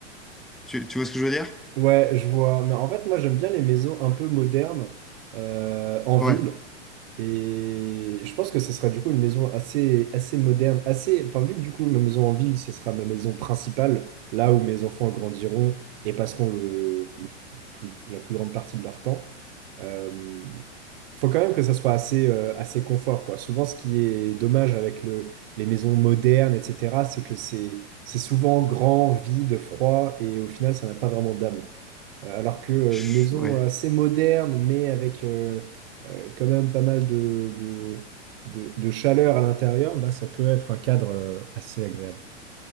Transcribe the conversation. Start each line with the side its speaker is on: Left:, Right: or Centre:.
Centre: Tu, tu vois ce que je veux dire?
Right: Ouais, je vois. Mais en fait, moi, j'aime bien les maisons un peu modernes euh, en ville.
Centre: Ouais,
Right: Et je pense que ce serait du coup une maison assez, assez moderne, assez. Enfin, vu que du coup, ma maison en ville, ce sera ma maison principale, là où mes enfants grandiront et passeront le, le plus, la plus grande partie de leur temps. Euh, faut quand même que ça soit assez, euh, assez confort, quoi. Souvent, ce qui est dommage avec le, les maisons modernes, etc., c'est que c'est, c'est souvent grand, vide, froid, et au final, ça n'a pas vraiment d'âme. Euh, Alors que euh,
Centre: je-
Right: une maison
Centre: ouais.
Right: assez moderne, mais avec euh, euh, quand même pas mal de, de, de, de chaleur à l'intérieur, bah, ça peut être un cadre euh, assez agréable.